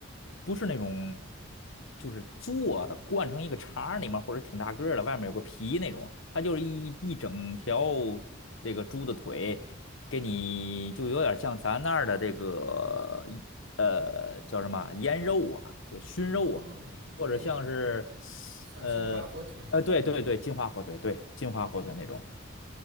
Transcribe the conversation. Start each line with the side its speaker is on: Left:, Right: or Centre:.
Left: 不是那种，就是做的灌成一个肠儿里面，或者挺大个儿的，外面有个皮那种，它就是一一整条这个猪的腿，给你就有点像咱那儿的这个一呃叫什么腌肉啊，就熏肉啊，
Right: 哦，就有点
Left: 或者像是
Right: 像金华火腿那种是吗？
Left: 呃呃对对对，金华火腿，对金华火腿那种。
Right: 哦，